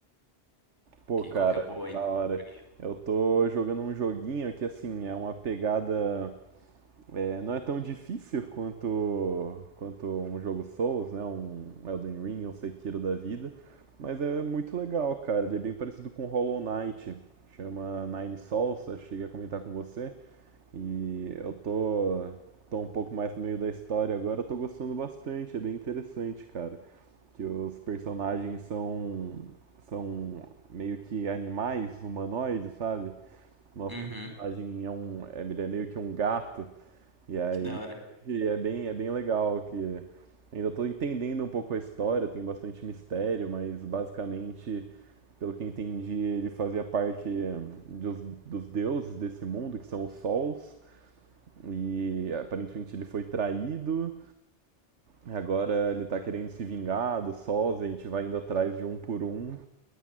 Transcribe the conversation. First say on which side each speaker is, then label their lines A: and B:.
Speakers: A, on the right (about 85°); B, on the right (about 20°).
A: pô,
B: Que
A: cara,
B: qual que é a boa
A: da
B: aí?
A: hora.
B: Joguei.
A: Eu tô jogando um joguinho que, assim, é uma pegada. É, não é tão difícil quanto, quanto um jogo Souls, né? Um Elden Ring, um Sekiro da vida. Mas é muito legal, cara. Ele é bem parecido com Hollow Knight. Chama Nine Souls, acho que cheguei a comentar com você. E eu tô, tô um pouco mais no meio da história agora, eu tô gostando bastante. É bem interessante, cara. Que os personagens são, são meio que animais humanoides, sabe? Nosso
B: Uhum,
A: personagem é um, é- ele é meio que um gato. E aí,
B: que da hora,
A: e é bem, é bem legal que ainda estou entendendo um pouco a história, tem bastante mistério, mas basicamente, pelo que entendi, ele fazia parte eh, dos, dos deuses desse mundo, que são os sols, e aparentemente ele foi traído, e agora ele está querendo se vingar dos sols, e a gente vai indo atrás de um por um